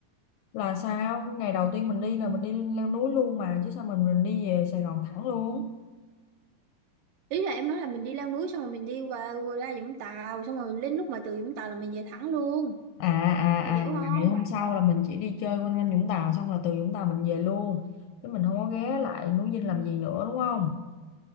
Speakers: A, on the left; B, on the right.
A: là sao ngày đầu tiên mình đi là mình đi leo núi luôn mà chứ sao mình mình đi về Sài Gòn thẳng luôn
B: ý là em nói là mình đi leo núi xong rồi mình đi qua ra Vũng Tàu xong rồi đến lúc mà từ Vũng Tàu là mình về thẳng luôn
A: à à
B: chị
A: à
B: hiểu
A: là
B: không
A: ngày hôm sau là mình chỉ đi chơi quanh quanh Vũng Tàu xong là từ Vũng Tàu mình về luôn chứ mình không có ghé lại núi Dinh làm gì nữa đúng không